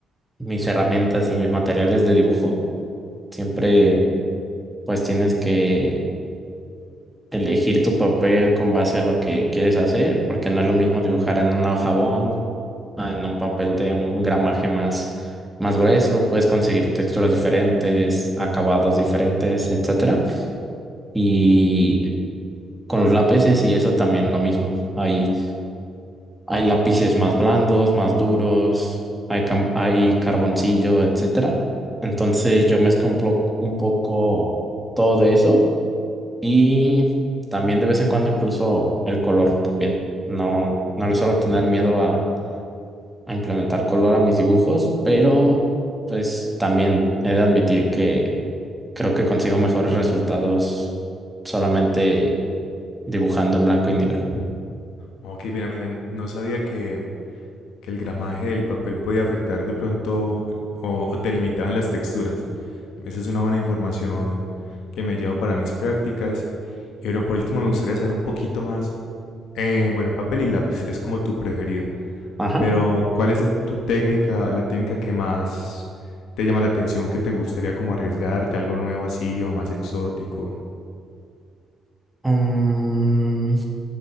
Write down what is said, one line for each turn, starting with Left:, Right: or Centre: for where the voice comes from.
Centre: mis herramientas y mis materiales de dibujo. Siempre pues tienes que elegir tu papel con base a lo que quieres hacer, porque no es lo mismo dibujar en una hoja bond, a en un papel de un gramaje más, más grueso. Puedes conseguir texturas diferentes, acabados diferentes, etcétera. Y con los lápices y eso también lo mismo. Hay Hay lápices más blandos, más duros, hay, cam- hay carboncillo, etcétera. Entonces yo mezclo un, plo- un poco todo de eso y también de vez en cuando incluso el color también. No, no le suelo tener miedo a, a implementar color a mis dibujos, pero pues también he de admitir que creo que consigo mejores resultados solamente dibujando en blanco y negro.
Left: Ok, mira, mira, no sabía que, que el gramaje del papel podía afectar de pronto o, o te limitaban las texturas. Esa es una buena información que me llevo para mis prácticas. Y bueno, por último me gustaría saber un poquito más. eh, bueno, papel y lápiz es como tu preferido,
Centre: Ajá.
Left: pero ¿cuál es tu técnica, la técnica que más te llama la atención, que te gustaría como arriesgarte, algo nuevo así o más exótico?
Centre: Mm,